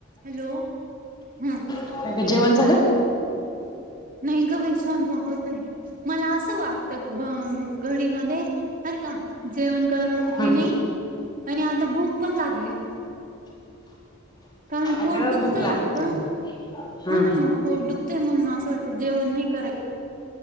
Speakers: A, on the right; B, on the left.
A: Hello! हम
B: काय ग जेवण
A: बोल.
B: झालं
A: नाही ग बाई स्वयंपाक होतय. मला असं वाटत ब घडीमध्ये बरं का जेवण. तर
B: हं.
A: की नाही आणि आता भूक पण लागली. कारण पोट
B: अगं
A: दुखतंय
B: भूक लागते
A: आग.
B: हं.
A: ह ना मग, पोट दुखतंय म्हणून आस आता जेवण नाही कराय